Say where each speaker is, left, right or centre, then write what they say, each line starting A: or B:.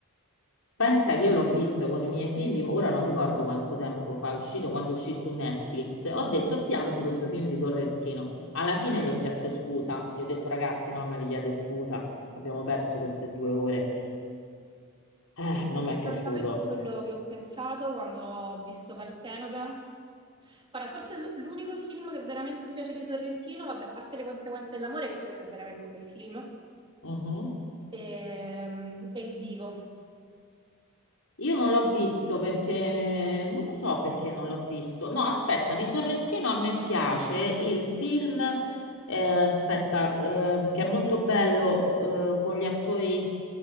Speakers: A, on the left; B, on the right.
A: Pensa che io l'ho visto con i miei figli, ora non ricordo quanto tempo fa, è uscito quando uscì su Netflix. Ho detto, vediamoci questo film di Sorrentino. Alla fine gli ho chiesto scusa, gli ho detto, ragazzi, mamma vi chiede scusa, abbiamo perso queste due ore.
B: Sì,
A: Eh, non mi
B: esattamente
A: è piaciuto.
B: quello che ho pensato quando ho visto Partenope. Guarda, forse l- l'unico film che veramente mi piace di Sorrentino, vabbè, a parte le conseguenze dell'amore, che quello è veramente un bel film,
A: Mhm.
B: ehm, è Il Divo.
A: Io non l'ho visto perché non lo so perché non l'ho visto. No, aspetta, di Sorrentino a me piace il film, eh, aspetta, eh, che è molto bello, eh, con gli attori